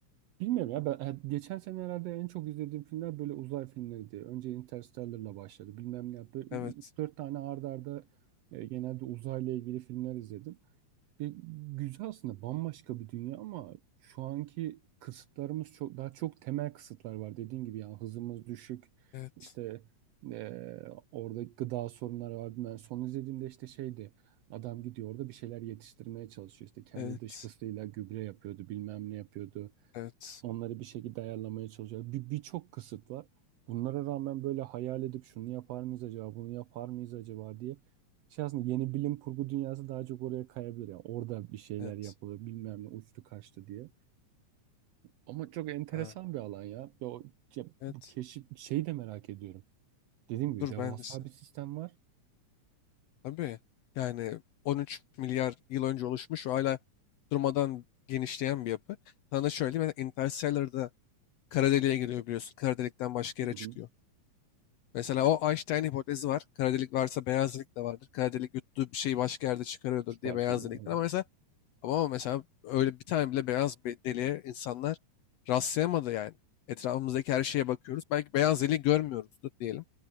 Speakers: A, on the right; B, on the left.
A: bilmiyorum ya ben ha, geçen sene herhalde en çok izlediğim filmler böyle uzay filmleriydi. Önce Interstellar'la başladı. Bilmem ne böyle
B: Evet.
A: Üç dört tane arda arda e, genelde uzayla ilgili filmler izledim. Ve güzel aslında bambaşka bir dünya ama şu anki kısıtlarımız çok daha çok temel kısıtlar var dediğin gibi yani hızımız düşük
B: Evet.
A: işte eee, orada gıda sorunları var ben son izlediğimde işte şeydi adam gidiyor orada bir şeyler yetiştirmeye çalışıyor işte kendi
B: Evet.
A: dışkısıyla gübre yapıyordu bilmem ne yapıyordu
B: Evet.
A: Onları bir şekilde ayarlamaya çalışıyor. Bir birçok kısıt var. Bunlara rağmen böyle hayal edip şunu yapar mıyız acaba, bunu yapar mıyız acaba diye. Şey aslında yeni bilim kurgu dünyası daha çok oraya kayabilir. Yani orada bir şeyler
B: Evet.
A: yapılır, bilmem ne uçtu kaçtı diye. Ama çok enteresan
B: Aa,
A: bir alan ya. Ve o, ya
B: evet.
A: bu keşif şeyi de merak ediyorum. Dediğim gibi
B: Dur
A: devasa
B: ben de sen.
A: bir sistem var.
B: Tabii. Yani 13 milyar yıl önce oluşmuş ve hala durmadan genişleyen bir yapı. Sana da şöyle diyeyim. mesela Interstellar'da kara deliğe giriyor biliyorsun. Kara delikten başka yere
A: Hı
B: çıkıyor.
A: hı.
B: Mesela o Einstein hipotezi var. Kara delik varsa beyaz delik de vardır. Kara delik yuttuğu bir şeyi başka yerde çıkarıyordur
A: Çıkartıyor.
B: diye beyaz
A: da,
B: delikten.
A: aynen.
B: Ama mesela ama mesela öyle bir tane bile beyaz bir deliğe insanlar rastlayamadı yani. Etrafımızdaki her şeye bakıyoruz. Belki beyaz deliği görmüyoruzdur diyelim.